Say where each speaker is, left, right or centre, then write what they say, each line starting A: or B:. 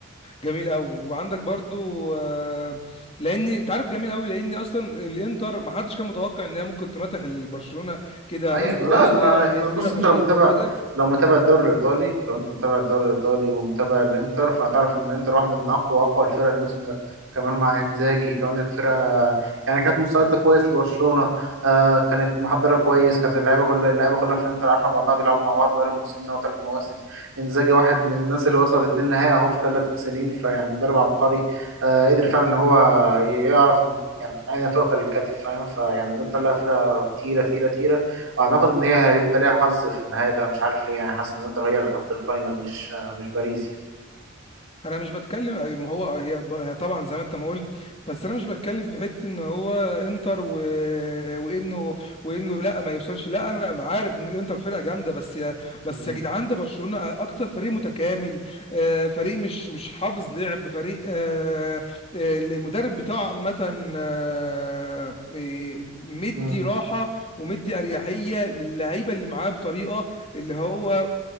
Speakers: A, on the left (about 30°); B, on the right (about 90°).
A: جميل قوي وعندك برضو آه، لاني انت عارف جميل قوي لاني اصلا الانتر ما حدش كان متوقع ان هي ممكن تناطح البرشلونه كده
B: ايوه
A: راس براس
B: لا لا
A: اه هي
B: بص
A: فرقه فشيخه
B: انت لو متابع
A: وكده
B: لو متابع الدوري الايطالي لو انت متابع الدوري الايطالي ومتابع الانتر فهتعرف ان الانتر واحده من اقوى اقوى الفرق الموسم ده كمان مع انزاجي كمان الفرقه يعني كانت مستعده كويس لبرشلونه آه كانت محضره كويس كانت اللعيبه كل اللعيبه كلها في الانتر عارفه بعضها بيلعبوا مع بعض بقالهم موسمين او ثلاث مواسم انزاجي واحد من الناس اللي وصل اتنين نهائي اهو في ثلاث سنين فيعني مدرب عبقري آه قدر فعلا ان هو يعرف يعني من اين تؤكل الكتف فاهم فيعني الانتر لا فرقه تقيله تقيله تقيله اعتقد ان هي هيبقى ليها حظ في النهايه ده مش عارف ليه يعني حاسس ان انتر هي اللي تاخد الفاينل مش مش باريس يعني
A: انا مش بتكلم ما هو هي هي طبعا زي ما انت ما قلت بس انا مش بتكلم في حته ان هو انتر و... وانه وانه لا ما يوصلش لا انا عارف ان الانتر فرقه جامده بس يا
B: مم.
A: بس يا جدعان ده برشلونه اكتر فريق متكامل آه، فريق مش مش حافظ لعب فريق آه، آه، المدرب بتاعه عامه آه، آه، مدي
B: مم.
A: راحه ومدي اريحيه للعيبه اللي معاه بطريقه اللي هو